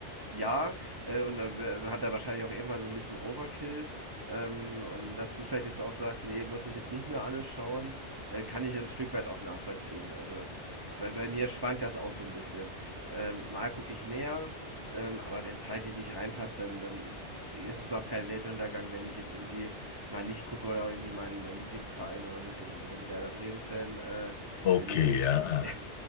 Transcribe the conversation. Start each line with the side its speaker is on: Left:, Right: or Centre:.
Right: ja, äh, und dann, dann hat er wahrscheinlich auch irgendwann so ein bisschen Overkill. Ähm, und dass du vielleicht jetzt auch sagst, nee, muss ich jetzt nicht mehr alles schauen, äh, kann ich ein Stück weit auch nachvollziehen. Also bei, bei mir schwankt das auch so ein bisschen. Ähm, mal gucke ich mehr, ähm, aber wenn es zeitlich nicht reinpasst, dann, dann ist es auch kein Weltuntergang, wenn ich jetzt irgendwie mal nicht gucke oder irgendwie meinen mein Lieblingsverein oder so. Ich bin, bin Werder Bremen-Fan. Äh,
Left: Okay,
Right: wenn, wenn ich
Left: ja, ja,
Right: <laughs>